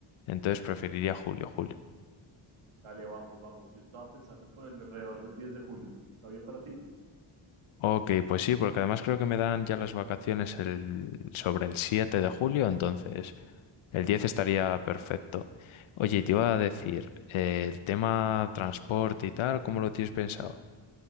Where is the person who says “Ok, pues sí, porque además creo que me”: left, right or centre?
Left